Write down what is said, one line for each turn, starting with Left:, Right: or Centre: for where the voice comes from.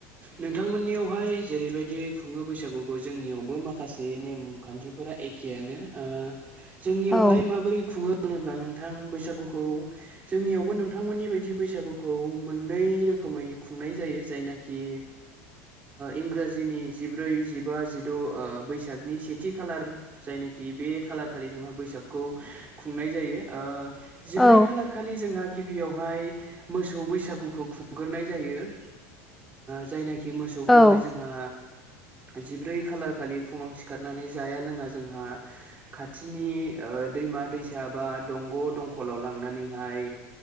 Right: नोंथांमोननियावहाय जेरैबायदि खुङो बैसागुखौ जोंनियाव आवबो माखासे नेमखान्थिफोरा ऐखेयानो ओ जोंनियावहाय
Centre: औ
Right: माबोरै खुङो होनोब्ला नोंथां बैसागुखौ जोंनियावबो नोंथांमोननि बायदि बैसागुखौ मोननै रोखोम रोखोमै खुंनाय जायो जायनाखि इंराजिनि जिब्रै जिबा जिद' बैसागनि सेथि खालार जायनाखि कि बे खालार खालि जोंहा बैसागखौ खुंनाय जायो ओ जिब्रै
Centre: औ
Right: खालार खालि जोंहा गिबियावहाय मोसौ बैसागुखौ खुं ग्रोनाय जायो जायनाखि मोसौखौहाय
Centre: औ
Right: जोंहा जिब्रै खालार खालि फुङाव सिखारनानै जाया लोङा जोंहा खाथिनि ओ दै मा दैसाबा दंग दंकलाव लांनानैहाय